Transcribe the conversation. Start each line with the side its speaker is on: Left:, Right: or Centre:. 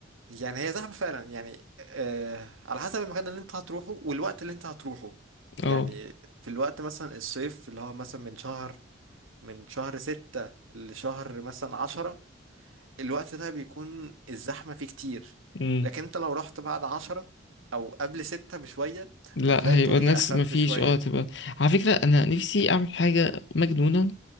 Right: يعني هي زحمة فعلا يعني آه على حسب المكان اللي انت هتروحه والوقت اللي انت هتروحه يعني
Left: اه
Right: في الوقت مثلا الصيف اللي هو مثلا من شهر من شهر ستة لشهر مثلا عشرة الوقت ده بيكون الزحمة فيه كتير
Left: امم
Right: لكن انت لو رحت بعد عشرة او قبل ستة بشوية
Left: لا
Right: هتلاقي الدنيا
Left: هيبقى الناس
Right: اخف
Left: مفيش
Right: شوية
Left: اه تبقى على فكره انا نفسي اعمل حاجه مجنونه